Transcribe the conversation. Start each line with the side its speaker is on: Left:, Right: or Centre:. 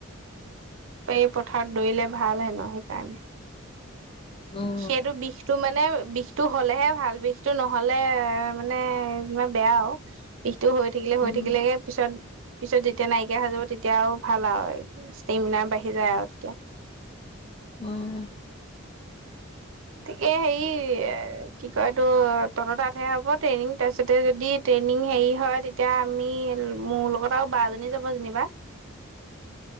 Right: এই পথাৰত দৌৰিলে ভাল হেনু সেইকাৰণে।
Left: উম।
Right: সেইটো বিষটো মানে বিষটো হ'লেহে ভাল বিষটো নহ'লে মানে বেয়া আউ। বিষটো হৈ থাকিলে হৈ
Left: উম
Right: থাকিলেগে। পিছত পিছত যেতিয়া নাইকিয়া হৈ যাব তেতিয়া আৰু ভাল আও ষ্টেমিনাৰ বাঢ়ি যায় আৰু তেতিয়া।
Left: উম। <inaudible>
Right: তিকে হেৰি এ কি কয় এইটো তহঁতৰ তাত হ'ব ট্ৰেইনিং, তাৰপিছতে যদি- ট্ৰেইনিং হেৰি হয় তেতিয়া আমি মোৰ লগত আৰু বা এজনী যাব যেনিবা।
Left: <inaudible>